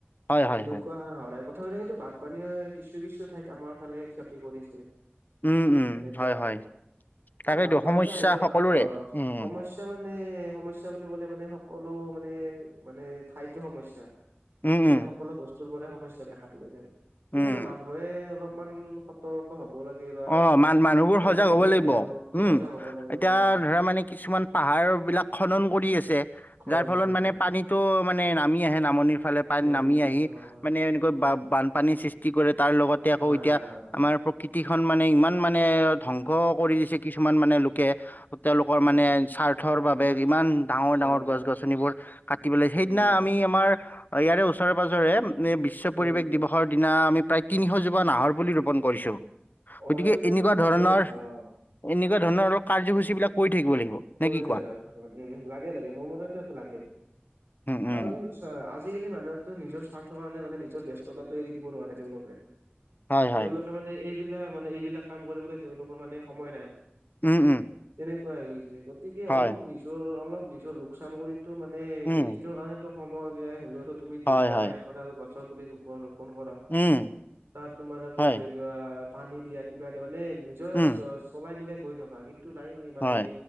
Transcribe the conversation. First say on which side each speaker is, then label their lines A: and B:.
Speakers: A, on the left; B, on the right.
A: হয়, হয়,
B: এনেকুৱা
A: হয়,
B: হোৱা নাই ক প্ৰথমতে কিন্তু বানপানীয়ে কিছু কিছু ঠাইত আমাৰ ফালে ক্ষতি কৰিছে।
A: উম, উম,
B: তেনেকুৱা
A: হয়,
B: আৰু,
A: হয়। তাকেইতো
B: বানপানীতো
A: সমস্যা
B: আহিলেও
A: সকলোৰে
B: আহ
A: উম,
B: সমস্যা এতিয়া মানে সমস্যা বুলি ক'লে মানে, সকলো মানে- মানে ঠাইতে সমস্যা।
A: উম,
B: মানে
A: উম,
B: সকলো বস্তুৰ পৰাৰে সমস্যা দেখা দিয়ে যায়। সেয়ে
A: উম।
B: আৰু মানুহে অলপমান সতৰ্ক হব লাগে বা
A: অ মান মানুহবোৰ
B: এলাৰ্ট
A: সজাগ হব
B: লাগে
A: লাগিব।
B: আৰু
A: উম,
B: সজাগ হব লাগে
A: এতিয়া
B: উম
A: ধৰা মানে কিছুমান পাহাৰ বিলাক খনন কৰি আছে,
B: হয়
A: যাৰ ফলত
B: হয়
A: মানে
B: হয়
A: পানীত টো মানে নামি আহে নামনিৰ ফালে প নামি
B: উম
A: আহি
B: হয়
A: মানে এনেকৈ বা বান পানী সৃষ্টি কৰে, তাৰ লগতে
B: হয়
A: আকৌ এতিয়া
B: হয় হয়
A: আমাৰ প্ৰ কৃতিখন মানে ইমান মানে ধ্বংস কৰি দিছে কিছুমান মানে লোকে তেওঁলোকৰ
B: হয়
A: মানে
B: হয়
A: স্বাৰ্থৰ বাবে ইমান ডাঙৰ ডাঙৰ
B: অ
A: গছ গছনিবোৰ কাটি পেলাই, সেইদিনা
B: উম
A: আমি আমাৰ অ ইয়াৰে ওচৰে পাঁজৰে বিশ্ব
B: উম
A: পৰিৱেশ
B: উম
A: দিৱস ৰ দিনা আমি প্ৰায় তিনিশজোপা নাহৰ পুলি ৰোপণ কৰিছোঁ।
B: অ
A: গতিকে
B: এইটোতো
A: এনেকুৱা
B: একদম
A: ধৰণৰ,
B: ভাল কথা অ
A: এনেকুৱা ধৰণৰ আৰু কাৰ্যসূচীবিলাক কৰি থাকিব লাগিব।
B: কৰি
A: নে কি
B: <unintelligible>
A: কোৱা?
B: উম লাগে লাগে মোৰ মতেটো এইটো লাগে।
A: উম, উম,
B: কাৰন অ আজিকালি মানুহটো নিজৰ স্বাৰ্থৰ কাৰণে মানে নিজৰ ব্যস্ততাটো এৰি দিব নোৱাৰে তেওঁলোকে
A: হয় হয়।
B: তেওঁলোকে মানে এইবিলাক মানে এইবিলাক কাম কৰিবলৈ তেওঁলোকৰ মানে সময় নাই।
A: উম উম।
B: তেনেকুৱা হৈ গৈছে, গতিকে
A: হয়,
B: অলপ নিজৰ অলপ নিজৰ লোকচান কৰি টো মানে
A: উম,
B: এদিনৰ কাৰণতো সময় উলিয়াই হলেও তো তুমি দুশ
A: হয়, হয়,
B: বা এশ ডাল গছৰ পুলি ৰোপন ৰোপন কৰা।
A: উম,
B: তাত তোমালোকে
A: হয়,
B: ধৰি কিবা পানী দিয়া, কিবা দিয়া, মানে নিজৰ
A: উম,
B: চ চলাই মিলাই গৈ থকা। কিন্তু নাই মানে
A: হয়,